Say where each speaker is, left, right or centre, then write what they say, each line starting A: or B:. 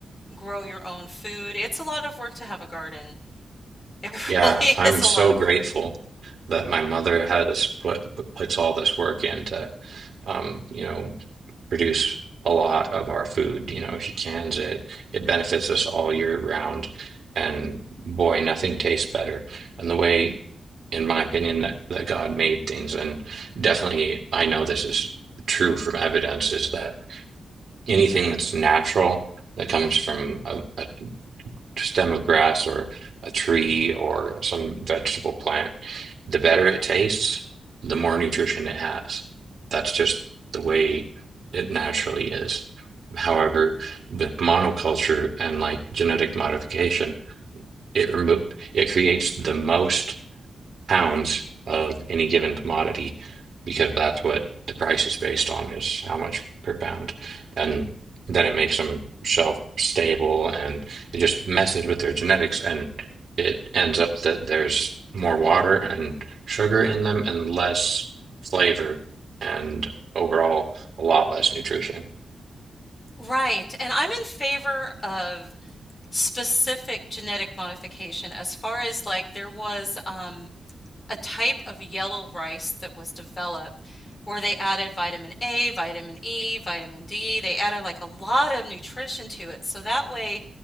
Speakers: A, on the left; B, on the right.
A: grow your own food. It's a lot of work to have a garden. <laughs> It
B: Yeah,
A: really
B: I'm
A: is a
B: so
A: lot of
B: grateful
A: work.
B: that my mother has put puts all this work into, um, you know, produce a lot of our food. You know, if you cans it, it benefits us all year round. And boy, nothing tastes better. And the way, in my opinion, that, that God made things, and definitely I know this is true from evidence, is that anything that's natural that comes from a, a stem of grass or a tree or some vegetable plant, the better it tastes, the more nutrition it has. That's just the way it naturally is. However, with monoculture and like genetic modification, it remo- it creates the most pounds of any given commodity because that's what the price is based on is how much per pound and then it makes them shelf stable and it just messes with their genetics and it ends up that there's more water and sugar in them and less flavor and overall a lot less nutrition
A: Right. And I'm in favor of specific genetic modification as far as like there was um, a type of yellow rice that was developed where they added vitamin A, vitamin E, vitamin D. They added like a lot of nutrition to it. So that way,